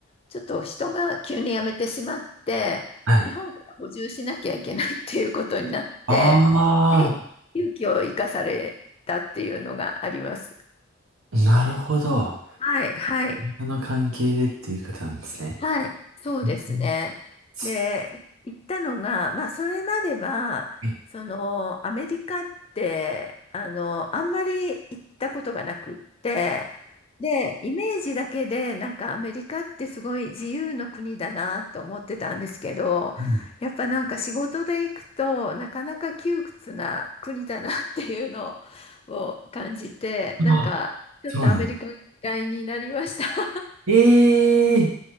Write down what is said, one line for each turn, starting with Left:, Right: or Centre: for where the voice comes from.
Left: ちょっと人が急に辞めてしまって、
Right: はい。
Left: 日本から補充しなきゃいけないっていうことになって、
Right: あ
Left: で、
Right: あ、
Left: 勇気を生かされたっていうのがあります。
Right: なるほど。
Left: はい、はい。
Right: その関係でっていうことなんですね。
Left: はい、そうですね。
Right: うんす
Left: で、行ったのが、まあ、それまでは、
Right: う
Left: その、アメリカって、あの、あんまり行ったことがなくって、で、イメージだけで、なんかアメリカってすごい自由の国だなと思ってたんですけど、
Right: ん
Left: やっぱなんか仕事で行くと、なかなか窮屈な国だなっていうのを感じて、なんか、
Right: あ、
Left: ちょっとアメリカが嫌いになりました。
Right: そうなの。ええ